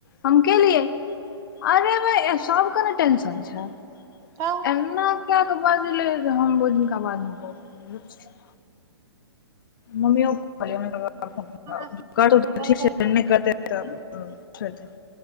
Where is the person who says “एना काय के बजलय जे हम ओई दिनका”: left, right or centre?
Left